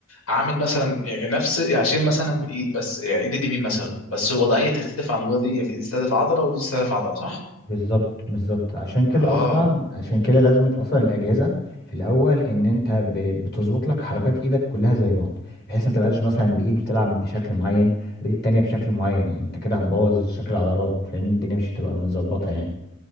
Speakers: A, on the left; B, on the left.
A: اعمل مثلا نفس عشان مثلا بالايد بس يعني ايد اليمين مثلا بس الوضعيه تختلف عن الوضعيه فدي تستهدف عضله ودي تستهدف عضله صح
B: بالظبط بالظبط عشان كده
A: اه
B: أصلا عشان كده لازمة أصلا الأجهزة في الأول إن أنت ب- بتظبط لك حركات إيدك كلها زي بعض بحيث أنت متبقاش مثلا بإيد بتلعب بشكل معين وإيد التانية بشكل معين يعني أنت كده هتبوظ شكل العضلات فاهمني الدنيا مش هتبقى متظبطة يعني